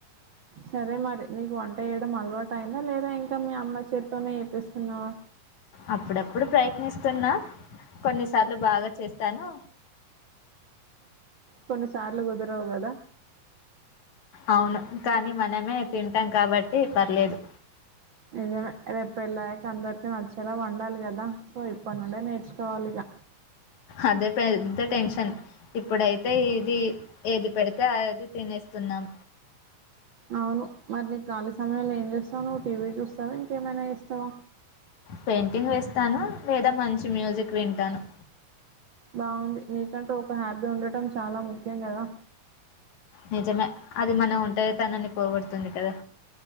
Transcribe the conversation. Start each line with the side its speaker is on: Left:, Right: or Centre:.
Right: సరే మరి నీకు వంట వేయడం అలవాటు అయిందా లేదా ఇంకా మీ అమ్మ చేత్తోనే చేపిస్తున్నావా
Left: అప్పుడప్పుడు ప్రయత్నిస్తున్నా కొన్నిసార్లు బాగా చేస్తాను.
Right: కొన్నిసార్లు కుదరవు కదా
Left: అవును కానీ మనమే తింటాం కాబట్టి పర్లేదు.
Right: నిజమే రేపు పెళ్లయ్యాక అందరికి నచ్చేలా వండాలి కదా సో ఇప్పటి నూన్ నే నేర్చుకోవాలి ఇగ
Left: అదే పెద్ద టెన్షన్ ఇప్పుడైతే ఇది ఏది పెడితే అదైతే తినేస్తున్నాం.
Right: అవును మరి నీ ఖాళీ సమయంలో ఏం చేస్తావు నువ్వు టీవీ చూస్తావా ఇంకేమైనా చేస్తావా
Left: పెయింటింగ్ వేస్తాను లేదా మంచి మ్యూజిక్ వింటాను.
Right: బాగుంది నీకంటే ఒక హ్యాబీ ఉండటం చాలా ముఖ్యం కదా
Left: నిజమే అది మన ఒంటరితనాన్ని పోగడుతుంది కదా